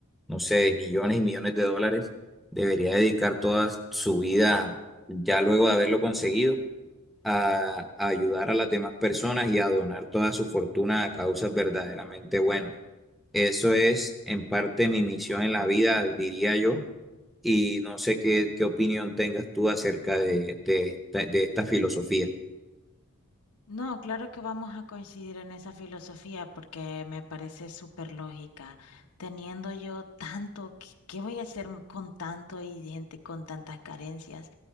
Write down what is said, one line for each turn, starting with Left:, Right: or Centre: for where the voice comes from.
Centre: no sé, millones y millones de dólares, debería dedicar toda su vida ya luego de haberlo conseguido a, a ayudar a las demás personas y a donar toda su fortuna a causas verdaderamente buenas. Eso es en parte mi misión en la vida, diría yo, y no sé qué, qué opinión tengas tú acerca de, de esta de esta filosofía.
Left: No, claro que vamos a coincidir en esa filosofía porque me parece súper lógica. Teniendo yo tanto, ¿qué, qué voy a hacer con tanto y gente con tantas carencias?